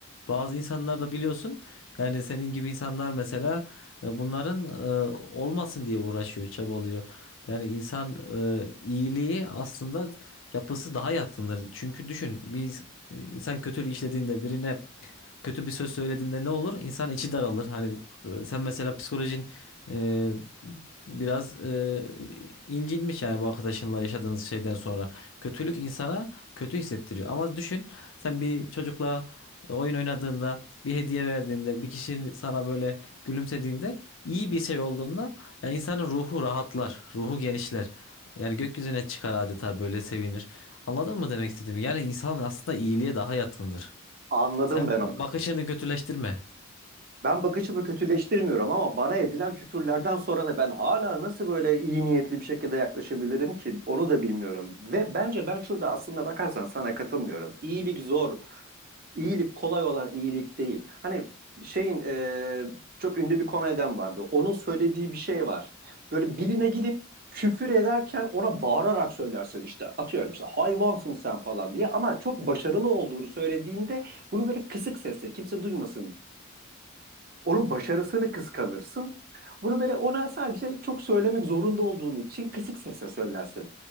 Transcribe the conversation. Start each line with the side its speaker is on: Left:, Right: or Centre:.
Left: Bazı insanlar da biliyorsun yani senin gibi insanlar mesela e, bunların e, olmasın diye uğraşıyor, çabalıyor. Yani insan e, iyiliği aslında yapısı daha yatkındır. Çünkü düşün bir insan kötülük işlediğinde birine kötü bir söz söylediğinde ne olur? İnsan içi daralır. Hani e, sen mesela psikolojin ee, biraz e, incinmiş yani bu arkadaşınla yaşadığınız şeyden sonra. Kötülük insana kötü hissettiriyor. Ama düşün sen bir çocukla e, oyun oynadığında, bir hediye verdiğinde, bir kişinin sana böyle gülümsediğinde iyi bir şey olduğunda yani insanın ruhu rahatlar, ruhu genişler. Yani gökyüzüne çıkar adeta böyle sevinir. Anladın mı demek istediğimi? Yani insan aslında iyiliğe daha yatkındır.
Right: anladım
Left: Sen
Right: ben onu.
Left: bakışını kötüleştirme.
Right: Ben bakışımı kötüleştirmiyorum ama bana edilen küfürlerden sonra da ben hala nasıl böyle iyi niyetli bir şekilde yaklaşabilirim ki onu da bilmiyorum. Ve bence ben şurada aslında bakarsan sana katılmıyorum. İyilik zor, iyilik kolay olan iyilik değil. Hani şeyin e, çok ünlü bir komedyen vardı. Onun söylediği bir şey var. Böyle birine gidip küfür ederken ona bağırarak söylersin işte atıyorum işte hayvansın sen falan diye ama çok başarılı olduğunu söylediğinde bunu böyle kısık sesle kimse duymasın onun başarısını kıskanırsın. Bunu böyle ona sadece çok söylemek zorunda olduğun için kısık sesle söylersin.